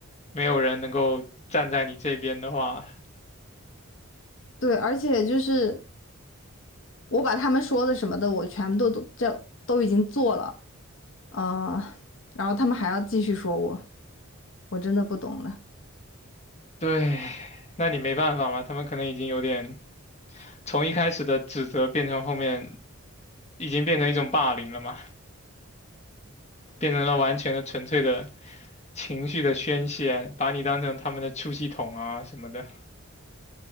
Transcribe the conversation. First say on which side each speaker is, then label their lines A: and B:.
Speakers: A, on the left; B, on the left.
A: 没有人能够站在你这边的话，
B: 对，而且就是我把他们说的什么的，我全部都都这都已经做了，呃，然后他们还要继续说我，我真的不懂了。
A: 对，那你没办法嘛，他们可能已经有点从一开始的指责变成后面已经变成一种霸凌了嘛，变成了完全的纯粹的情绪的宣泄，把你当成他们的出气筒啊什么的。